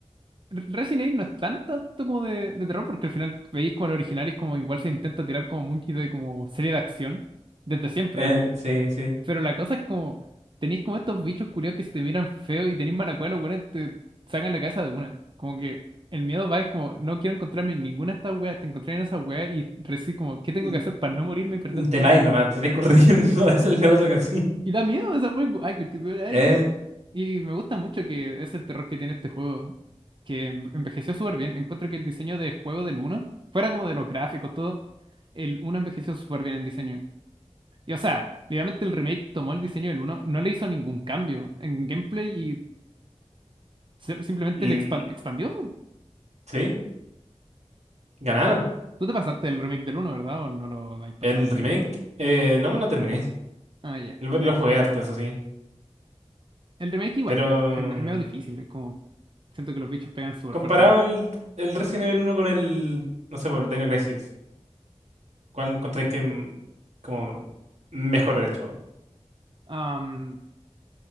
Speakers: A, on the right; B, on the right.
A: Re- Resident Evil no es tan tanto como de, de terror porque al final veis como el original y es como igual se intenta tirar como mucho de como serie de acción desde siempre,
B: Eh,
A: así.
B: sí, sí.
A: Pero la cosa es como, tenéis como estos bichos curiosos que si te miran feo y tenéis mala cueva, los weones te sacan la cabeza de una. Como que el miedo va en como, no quiero encontrarme en ninguna de estas weas, te encontré en esa wea y recibes como, ¿qué
B: l-
A: tengo que hacer para no morirme y perder
B: Te
A: todo
B: va
A: mi progreso?
B: y nomás, te corriendo. <laughs> Es el negocio que sí.
A: Y da miedo esa wea, como, ay, conchetumare, ay,
B: Eh,
A: ay. Y me gusta mucho que ese terror que tiene este juego, que en- envejeció súper bien. Encuentro que el diseño de juego del uno fuera como de los gráficos, todo, el uno envejeció súper bien en diseño. Y o sea, literalmente el remake tomó el diseño del uno no le hizo ningún cambio en gameplay y se- simplemente
B: l-
A: le expan- expandió.
B: sí, ganaron.
A: Tú te pasaste el remake del uno ¿verdad? ¿O no lo habéis pasado?
B: El remake, eh, no me lo terminé.
A: Ah, ya.
B: Lo,
A: Del-
B: lo jugué harto, eso sí.
A: El, remake igual
B: Pero
A: es
B: mm,
A: medio, es me- es medio difícil, es como... Siento que los bichos pegan súper
B: comparado
A: fuerte en el...
B: el, el Resident Evil uno con el, no sé, por el Dino Crisis, ¿cuál encontráis que mm, como mejor hecho?
A: Am,